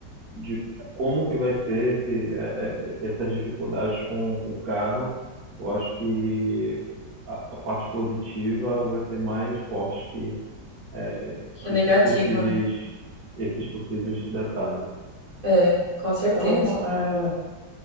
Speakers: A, on the right; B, on the right.
A: de como que vai ser esse, é, é, essas dificuldades com o carro. Eu acho que a, a parte positiva vai ser mais forte é,
B: É
A: esses
B: negativa,
A: possíveis,
B: né?
A: esses possíveis detalhes.
B: É, com certeza.
A: Então, é,